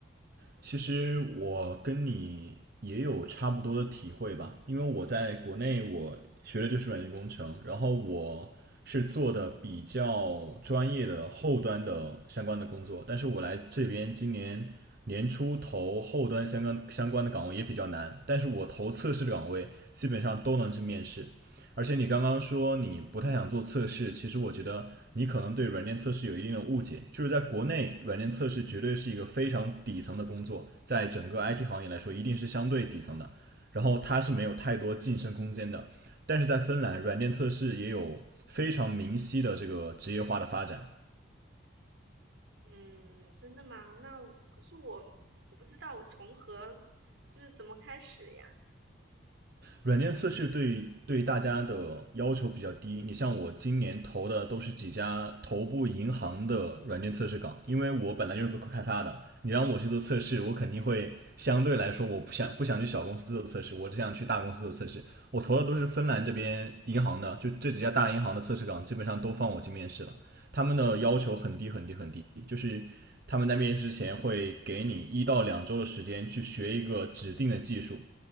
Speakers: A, on the right; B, on the right.
A: 其实我跟你也有差不多的体会吧，因为我在国内我学的就是软件工程，然后我是做的比较专业的后端的相关的工作，但是我来这边今年年初投后端相关相关的岗位也比较难，但是我投测试的岗位基本上都能去面试，而且你刚刚说你不太想做测试，其实我觉得你可能对软件测试有一定的误解，就是在国内，软件测试绝对是一个非常底层的工作，在整个 IT 行业来说，一定是相对底层的，然后它是没有太多晋升空间的。但是在芬兰，软件测试也有非常明晰的这个职业化的发展。
B: 嗯，真的吗？那可是我我不知道我从何就是怎么开始呀？
A: 软件测试对对大家的要求比较低。你像我今年投的都是几家头部银行的软件测试岗，因为我本来就是做开发的，你让我去做测试，我肯定会相对来说我不想不想去小公司做测试，我只想去大公司做测试。我投的都是芬兰这边银行的，就这几家大银行的测试岗基本上都放我去面试了，他们的要求很低很低很低，就是。他们在面试之前会给你一到两周的时间去学一个指定的技术，